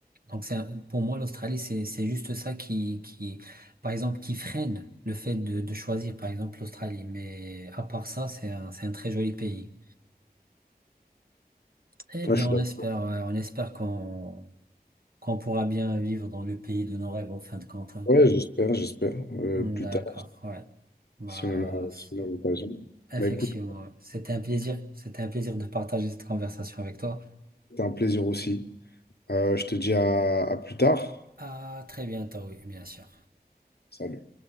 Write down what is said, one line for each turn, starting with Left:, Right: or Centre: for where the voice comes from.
Right: Donc, c'est un- pour moi, l'Australie, c'est, c'est juste ça qui, qui, par exemple, qui freine le fait de, de choisir, par exemple, l'Australie. Mais à part ça, c'est un, c'est un très joli pays. Eh bien,
Left: Ouais, je suis
Right: on
Left: d'accord.
Right: espère, ouais, on espère qu'on qu'on pourra bien vivre dans le pays de nos rêves en fin de compte. hein.
Left: Ouais, j'espère, j'espère. euh,
Right: D'accord,
Left: plus tard,
Right: ouais. Bah,
Left: si on a,
Right: ça-
Left: si on a l'occasion.
Right: effectivement,
Left: Bah écoute,
Right: ouais. c'était un plaisir. C'était un plaisir de partager cette conversation avec toi.
Left: c'était un plaisir aussi. Euh, je te dis à à plus tard.
Right: À très bientôt, oui, bien sûr.
Left: Salut.